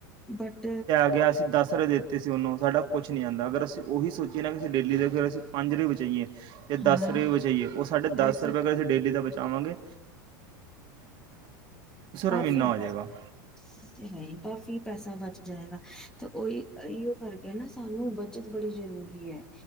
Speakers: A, in the centre; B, on the right.
A: ਬਟ।
B: ਅੱਗੇ ਅਸੀਂ ਦਸ ਦੇ। ਅਤੇ ਅਸੀਂ ਉਹਨੂੰ ਸਾਡਾ ਕੁਛ ਨਹੀਂ ਜਾਂਦਾ ਅਗਰ ਅਸੀ। ਉਹੀ ਸੋਚੀਏ ਨਾ ਕਿ ਅਂ ਡੇਲੀ ਦੇ ਫਿਰ ਅਸੀਂ ਪੰਜ ਰੁਪਈਏ ਬਚਾਈਏ। ਜਾਂ ਦਸ
A: ਹਾਂ
B: ਰੁਪਏ ਬਚਾਈਏ ਉਹ ਸਾਡੇ ਦਸ
A: ਇਹ ਚੀਜ਼
B: ਰੁਪਏ ਅਗ ਅਸੀਂ
A: ਵੀ
B: ਡੇਲੀ ਦਾ ਬਚਏ। ਜਾਵਾਂਗੇ।
A: ਕਾਫੀ
B: ਰੁਪਏ ਮਹੀਨਾ
A: ਬਚਦਾ
B: ਹੋ ਜਾਏਗਾ
A: ਹੈ, ਹੀ ਕਾਫੀ ਪੈਸਾ ਬਚਡਾ। ਜਾਏਗਾ। ਤੇ ਉਹੀ ਇਓ ਕਰਕੇ ਨਾ ਸਾਨੂੰ। ਬੱਚਤ ਬੜੀ ਜ਼ਰੂਰੀ ਹੈ